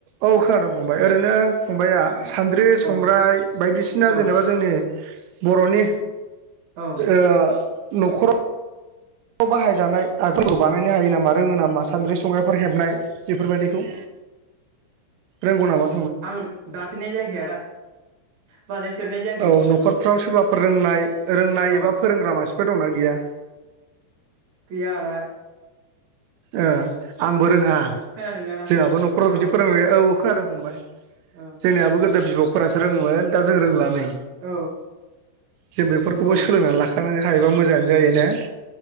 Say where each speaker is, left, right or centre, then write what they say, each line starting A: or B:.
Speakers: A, on the right (about 85°); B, on the right (about 50°).
A: औ खोनादों फंबाय ओरैनो फंबाया सान्द्रि संग्राय
B: औ
A: बायदिसिना
B: औ
A: जेनेबा जोंनि बर' नि
B: औ
A: ओ न'खराव बाहायजानाय <unintelligible> खौ बानायनो हायो नामा रोङो नामा सान्द्रि संग्राइफोर हेबनाय बेफोरबायाददिखौ?
B: <inaudible>
A: रोंगौ नामा?
B: आं दाफेरनाय जायाखै आदा। बानायफेरनाय जायाखै
A: औ
B: बेफोरखौ
A: न'खरफ्राव सोरबाफोर रोंनाय रोंनाय
B: औ
A: एबा फोरोंग्रा मानसि फोर दंना गैया।
B: गैया आदा।
A: ओ आंबो रोङा
B: खोनादोंना आदा
A: जोंहाबो न'खराव
B: औ
A: बिदि फोरोंबो औ औ खोनादों फंबाय
B: औ
A: जोंनियाबो
B: औ
A: गोदो बिबौफोरासो रोङोमोन दा जों रोंला नै
B: औ
A: जों बेफोरखौबो
B: औ
A: सोलोंनानै लाखानो हायोबा मोजाङानो जायो ने।